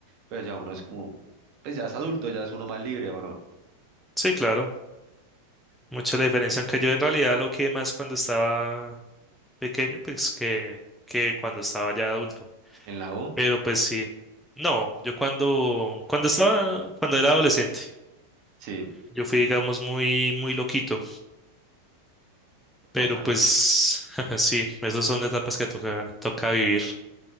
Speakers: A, on the right; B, in the centre.
A: pero ya uno es como, pues ya es adulto, ya es uno más libre, ¿o no?
B: sí, claro. Mucha la diferencia, aunque yo en realidad lo que más cuando estaba pequeño, pues que, que cuando estaba ya adulto.
A: En la U,
B: Pero pues sí. No, yo cuando, cuando estaba, cuando era adolescente,
A: sí,
B: yo fui, digamos, muy, muy loquito.
A: toca.
B: Pero pues <laughs> sí, esas son etapas que toca, toca vivir.